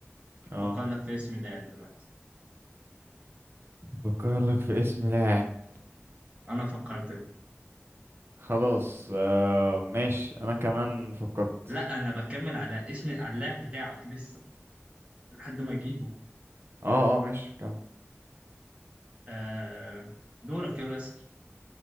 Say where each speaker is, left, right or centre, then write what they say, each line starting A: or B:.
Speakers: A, on the right; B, on the right.
A: اه
B: فكر لك في اسم لاعب دلوقتي
A: بفكر لك في اسم لاعب <sighs>
B: انا فكرت
A: خلاص آه ماشي انا كمان فكرت
B: لا انا بكمل على اسم على اللاعب بتاعك لسه لحد ما اجيبه
A: اه اه ماشي كمل
B: آه دورك يلا اسأل.